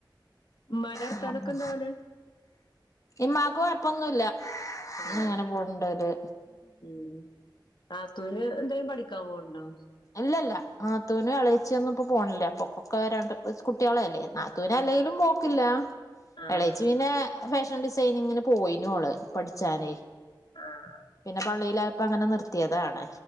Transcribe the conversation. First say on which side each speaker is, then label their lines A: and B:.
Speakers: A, on the left; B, on the left.
A: ഉമ്മാന്റെ വർത്താനൊക്കെ
B: ആഹ്
A: എന്താ പോലെ
B: ഇമ്മാക്ക് കൊയ്പ്പൊന്നുല്ല ഇന്ന്ങ്ങനെ
A: ആഹ്
B: പോവ്ണ്ടോല്
A: ഉം നാത്തൂന് എന്തേലും പഠിക്കാൻ പോവ്ണ്ടോ?
B: ഇല്ലല്ല നാത്തൂനും എളച്ചിയൊന്നുംപ്പ പോണ്ല്ല പ്പക്കൊക്കെ രണ്ട് കുട്ട്യാളായില്ലേ നാ ത്തൂനല്ലെങ്കിലും പോക്കില്ല
A: ആഹ്
B: എളേച്ചി പിന്നെ ഫാഷൻ ഡിസൈനിങ്ങിന് പോയിനോള് പഠ്ച്ചാനേയ്
A: ആഹ്
B: പിന്നെ പള്ളിയിലായപ്പങ്ങനെ നിർത്തീയതാണ്